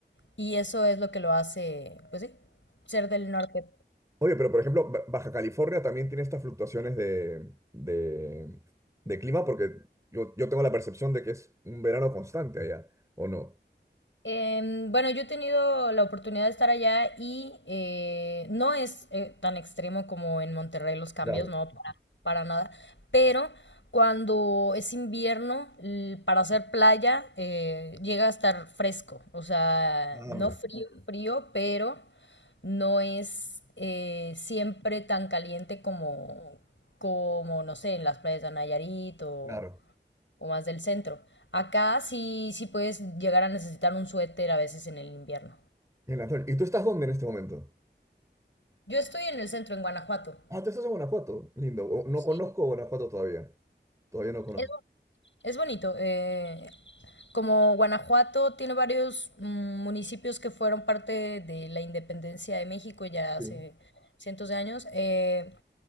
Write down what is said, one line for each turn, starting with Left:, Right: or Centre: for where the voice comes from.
Left: Y eso es lo que lo hace, pues sí, ser del norte.
Right: Oye, pero por ejemplo, Ba- Baja California también tiene estas fluctuaciones de, de, de clima porque yo, yo tengo la percepción de que es un verano constante allá, ¿o no?
Left: Em, bueno, yo he tenido la oportunidad de estar allá y eh, no es eh, tan extremo como en Monterrey los cambios,
Right: Claro.
Left: no, para, para nada, pero cuando es invierno, l- para hacer playa, eh, llega a estar fresco, o sea,
Right: Ah,
Left: no
Right: mira,
Left: frío, frío, pero no es eh, siempre tan caliente como, como, no sé, en las playas de Nayarit o
Right: claro.
Left: o más del centro. Acá sí, sí puedes llegar a necesitar un suéter a veces en el invierno.
Right: En la noche. ¿Y tú estás dónde en este momento?
Left: Yo estoy en el centro, en Guanajuato.
Right: Ah, tú estás en Guanajuato. Lindo. O- No
Left: Sí.
Right: conozco Guanajuato todavía. Todavía no conozco.
Left: Es, bo- es bonito. eh, como Guanajuato tiene varios mm, municipios que fueron parte de la independencia de México ya hace
Right: Sí.
Left: cientos de años, eh,